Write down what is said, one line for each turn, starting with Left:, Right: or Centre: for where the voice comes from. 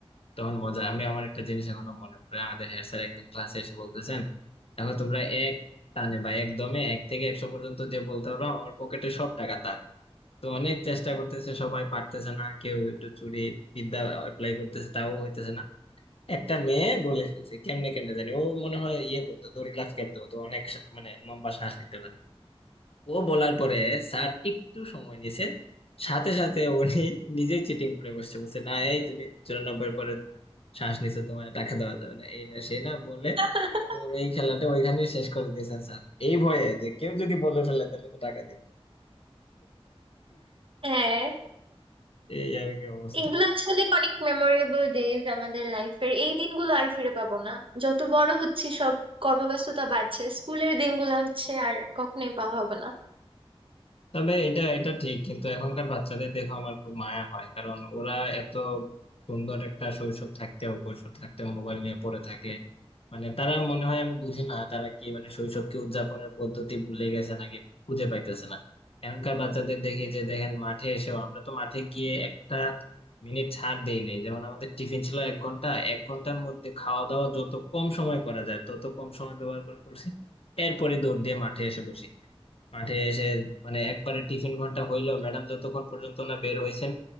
Left: তখন মজা আমি আমার একটা জিনিস এখনো মনে পড়ে আমাদের হেড স্যার একদিন ক্লাসে এসে বলতেছেন দেখো তোমরা এক টানে বা একদমে এক থেকে একশো পর্যন্ত যে বলতে পারো আমার পকেটে সব টাকা তার তো অনেক চেষ্টা করতেছে সবাই পারতেছে না কেউ একটু চুরি বিদ্যা অ্যাপ্লাই করতেছে তাও হইতেছে না একটা মেয়ে বলে ফেলছে কেমনে কেমনে জানি ও মনে হয় ইয়ে করতো দড়ি লাফ খেলতো তো অনেক সা- মানে লম্বা শ্বাস নিতে পারে ও বলার পরে স্যার একটু সময় নিছে সাথে সাথে উনি নিজেই চিটিং করে বসছে বলছে না এই তুমি চুরানব্বই পরে শ্বাস নিছো তোমার টাকা দেওয়া যাবে না এই না সেই না বলে
Right: <laughs>
Left: ওর এই খেলাটা ওইখানে শেষ করে দিয়েছেন স্যার এই ভয়ে যে কেউ যদি বলে ফেলে তাহলে তো টাকা দিন
Right: হ্যাঁ
Left: এই আর কি অবস্থা
Right: এগুলো আসলে অনেক মেমোরেবল ডেজ আমাদের লাইফের এই দিনগুলো আর ফিরে পাবো না যত বড় হচ্ছে সব কর্মব্যস্ততা বাড়ছে স্কুলের দিনগুলো হচ্ছে আর কখনোই পাওয়া হবে না
Left: তবে এটা এটা ঠিক কিন্তু এখনকার বাচ্চাদের দেখো আমার খুব মায়া হয় কারণ ওরা এত সুন্দর একটা শৈশব থাকতেও কৈশোর থাকতেও মোবাইল নিয়ে পড়ে থাকে মানে তারা মনে হয় আমি বুঝি না তারা কি মানে শৈশবকে উদযাপনের পদ্ধতি ভুলে গেছে নাকি খুঁজে পাইতেছে না এখনকার বাচ্চাদের দেখি যে দেখেন মাঠে এসেও আমরা তো মাঠে গিয়ে একটা মিনিট ছাড় দেই নাই যেমন আমাদের টিফিন ছিল এক ঘন্টা এক ঘন্টার মধ্যে খাওয়া দাওয়া যত কম সময় করা যায় তত কম সময় ব্যবহার করে করছি এরপরে দৌড় দিয়ে মাঠে এসে বসি মাঠে এসে মানে একবারে টিফিন ঘন্টা হইলো ম্যাডাম যতক্ষণ পর্যন্ত না বের হইছেন